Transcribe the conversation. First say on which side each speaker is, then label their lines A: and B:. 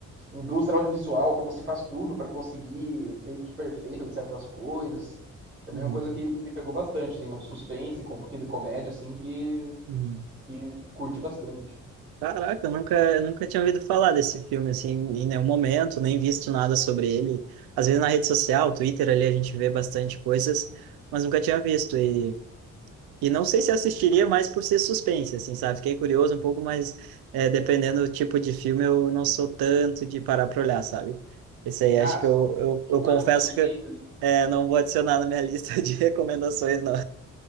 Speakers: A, on the right (about 85°); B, on the right (about 60°).
A: indústria audiovisual, como se faz tudo para conseguir o take perfeito de certas coisas. Também
B: Uhum,
A: é uma coisa que, que me pegou bastante, assim, é um suspense com um pouquinho de comédia, assim, que,
B: uhum.
A: que curti bastante.
B: Caraca, eu nunca, nunca tinha ouvido falar desse filme, assim, em nenhum momento, nem visto nada sobre ele. Às vezes na rede social, Twitter, ali a gente vê bastante coisas, mas nunca tinha visto. E, e não sei se assistiria mais por ser suspense, assim, sabe? Fiquei curioso um pouco, mas é, dependendo do tipo de filme, eu não sou tanto de parar pra olhar, sabe? Esse aí,
A: Ah,
B: acho
A: você
B: que eu,
A: não,
B: eu,
A: não
B: eu
A: curta
B: confesso
A: muito suspense?
B: que
A: né?
B: é, não vou adicionar na minha lista de <laughs> recomendações, não.